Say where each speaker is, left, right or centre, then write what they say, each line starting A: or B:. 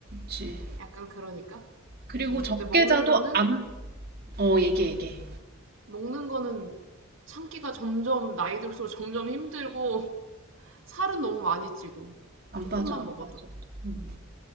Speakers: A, on the right; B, on the right.
A: 그치.
B: 약간 그러니까
A: 그리고
B: 어,
A: 적게
B: 근데 먹는
A: 자도
B: 거는
A: 안, 어, 얘기해, 얘기해.
B: 먹는 거는 참기가 점점 나이 들수록 점점 힘들고 살은 너무 많이 찌고
A: 안
B: 조금만
A: 빠져, 안
B: 먹어도
A: 빠져. 음.